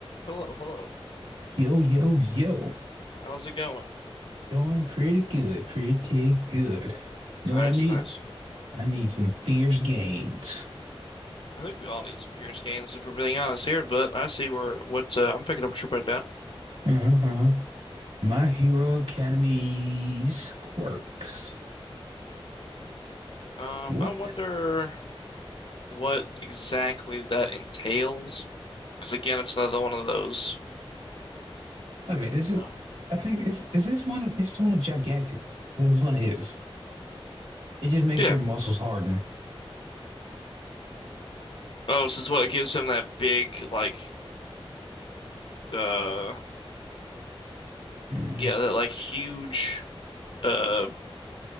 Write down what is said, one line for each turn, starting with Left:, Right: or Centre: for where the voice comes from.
Left: Hello, hello.
Right: Yo, yo, yo.
Left: How's it going?
Right: Going pretty good, pretty good. You
Left: Nice,
Right: know what I need?
Left: nice.
Right: I need some fierce gains.
Left: I think we all need some fierce gains if we're being honest here, but I see where what uh, I'm picking up what you're putting down.
Right: Uh-huh, uh-huh. My Hero Academy's quirks.
Left: Um,
Right: What?
Left: I wonder
Right: Wait
Left: what exactly that entails, because again, it's another one of those.
Right: a minute, is it?
Left: Oh.
Right: I think is is this one of it's one of gigantic. It was one of his. It just makes
Left: Yeah.
Right: your muscles harden.
Left: Oh, so it's what gives him that big, like, uh,
Right: Hmm,
Left: yeah, that like huge, uh,